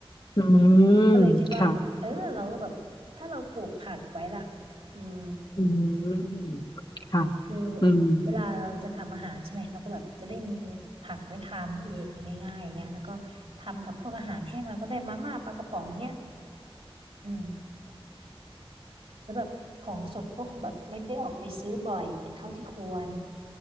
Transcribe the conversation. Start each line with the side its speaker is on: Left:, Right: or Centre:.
Left: อืม
Right: ก็เลยคิดว่าเออเราก็แบบถ้าเราปลูกผักไว้ล่ะ
Left: ค่ะ
Right: อืม
Left: อืมค่ะ
Right: คือ
Left: อืม
Right: เวลาเราจะทำอาหารใช่ไหมเราก็แบบจะได้มีผักไว้ทำเองง่ายๆอย่างเงี้ยแล้วก็ทำกับพวกอาหารแห้งเราก็ได้มาม่าปลากระป๋องเงี้ยอืมแล้วแบบของสดก็คงแบบไม่ได้ออกไปซื้อบ่อยเท่าที่ควร